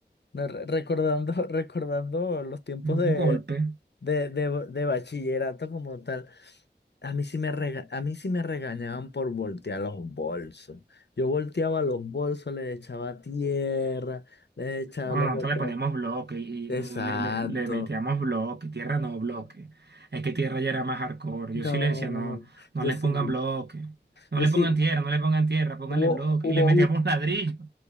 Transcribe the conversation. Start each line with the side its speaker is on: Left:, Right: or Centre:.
Left: No, re- recordando, <laughs> recordando los tiempos
Right: Un
Left: de,
Right: golpe.
Left: de, de- de bachillerato como tal, a mí sí me rega- a mí sí me regañaban por voltear los bolsos. Yo volteaba los bolsos, les echaba tierra, les echaba,
Right: Ah,
Left: les
Right: no,
Left: volteaba.
Right: entonces le poníamos bloque y
Left: Exacto.
Right: le, le- le metíamos bloque, tierra no bloque. Es que tierra ya era más hardcore.
Left: No,
Right: Yo sí le decía, no, no
Left: yo
Right: les
Left: sí,
Right: pongan bloque, no
Left: yo
Right: le
Left: sí,
Right: pongan tierra, no le pongan tierra, pónganle
Left: hubo,
Right: bloque.
Left: hubo,
Right: Y le metíamos ladrillo.